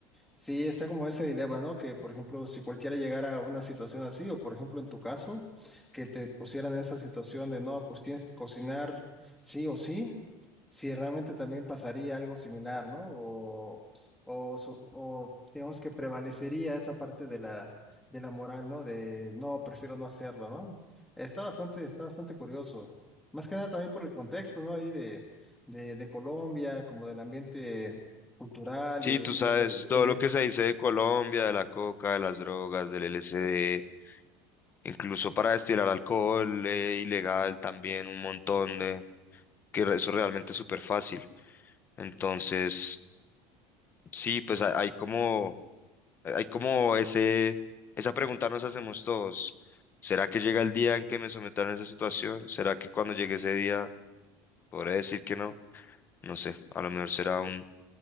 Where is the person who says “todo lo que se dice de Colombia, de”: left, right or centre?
Left